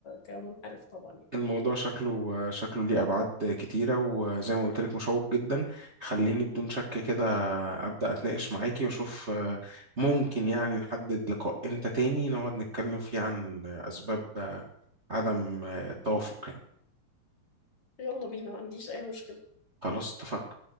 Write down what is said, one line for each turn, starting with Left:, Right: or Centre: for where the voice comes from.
Left: كمنحرف طبعا يعني
Right: الموضوع شكله شكله ليه أبعاد كتيرة وزي ما قلت لك مشوق جدا خليني بدون شك كده أبدأ أتناقش معاكي وأشوف آه، ممكن يعني نحدد لقاء إمتى تاني نقعد نتكلم فيه عن أسباب آه، عدم آه، التوافق يعني
Left: يلا بينا ما عنديش اي مشكله
Right: خلاص اتفقنا